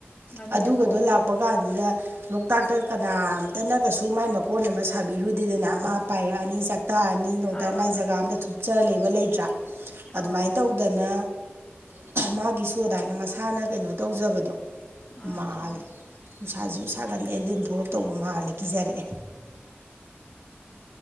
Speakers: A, on the left; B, on the right.
A: ꯉꯥꯅꯨ
B: ꯑꯗꯨꯒꯗꯣ
A: ꯊꯨꯡꯒꯣꯡ
B: ꯂꯥꯛꯄ ꯀꯥꯟꯁꯤꯗ ꯂꯣꯛꯇꯥꯛꯇ ꯀꯅꯥꯝꯇꯅ ꯀꯩꯁꯨ ꯃꯥꯏ ꯃꯀꯣꯟ ꯑꯃ ꯁꯥꯕꯤꯔꯨꯗꯦꯗꯅ ꯃꯥ ꯄꯥꯏꯔꯛꯑꯅꯤ ꯆꯥꯛ ꯇꯥꯔꯅꯤ ꯅꯣꯡꯇ
A: ꯑꯥ
B: ꯃꯥꯏ ꯖꯒꯥ ꯑꯝꯗ ꯊꯨꯞꯆ ꯂꯩꯕ ꯂꯩꯇ꯭ꯔꯥ ꯑꯗꯨꯃꯥꯏꯅ
A: ꯑꯥ
B: ꯇꯧꯗꯅ ꯃꯥꯒꯤꯁꯨ ꯑꯗꯨꯃꯥꯏꯅ ꯃꯁꯥꯅ ꯀꯩꯅꯣ ꯇꯧꯖꯕꯗꯣ
A: ꯑꯥ
B: ꯃꯥꯜꯂꯦ ꯅꯨꯡꯁꯥꯁꯤꯁꯨ ꯁꯥꯒꯠꯂꯦ ꯂꯤꯟ ꯊꯣꯛꯂꯛꯇꯧꯕ ꯃꯥꯜꯂꯦ ꯀꯤꯖꯔꯛꯑꯦ